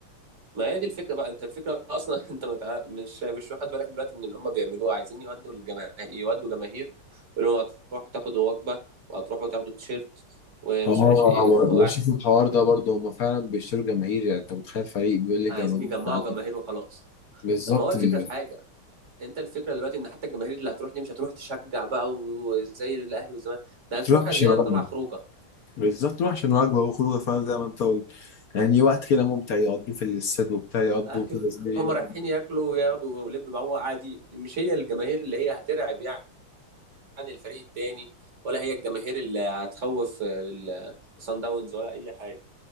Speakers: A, on the right (about 35°); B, on the left (about 55°).
A: ما هي دي الفكره بقى انت الفكره اصلا <laughs> انت متع... مش مش واخد بالك دلوقتي من اللي هم بيعملوه عايزين يودوا الجماهير يودوا جماهير يقولوا لهم هتروحوا تاخدوا وجبه وهتروحوا تاخدوا تيشيرت ومش
B: اه
A: عارف ايه
B: هو
A: <laughs> وعاي-
B: بشوف الحوار ده برضه هم فعلا بيشتروا جماهير يعني انت متخيل فريق بيقول لي
A: عايزين
B: جماهير
A: يجمعوا
B: تعالى.
A: جماهير وخلاص
B: بالظبط
A: طب ما هو الفكره
B: يعني.
A: في حاجه انت الفكره دلوقتي ان حتى الجماهير اللي هتروح دي مش هتروح تشجع بقى و- وزي الاهلي والزمالك ده
B: هتروح
A: هتروح اللي
B: عشان
A: هي
B: وجبه
A: طالعه خروجه
B: بالظبط روح عشان وجبه وخروجه فعلا زي ما انت قلت يعني وقت كده ممتع يقضوه في الاستاد وبتاع يقضوا
A: ايوه
B: كده زي
A: هم رايحين ياكلوا وياخدوا ولب معاهم عادي مش هي الجماهير اللي هي هترعب يعني يعني الفريق التاني ولا هي الجماهير اللي هتخوف الصن داونز ولا اي حاجه